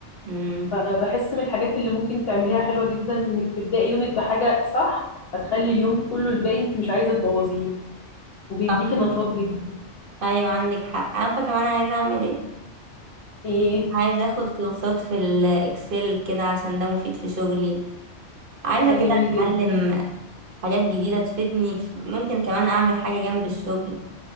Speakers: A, on the right; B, on the left.
A: مم.
B: فبحس من الحاجات اللي ممكن تعمليها حلوة جدا انك تبدأي يومك بحاجة صح هتخلي اليوم كله الباقي انت مش عايزة تبوظيه وبيديكي
A: صح
B: نشاط جدا
A: ايوه عندك حق عارفه كمان عايزه اعمل ايه
B: ايه
A: عايزه اخد كورسات في الاكسل كده عشان ده مفيد في شغلي عايزه
B: ده جميل
A: كده اتعلم
B: جدا
A: حاجات جديده تفيدني في- ممكن كمان اعمل حاجه جنب الشغل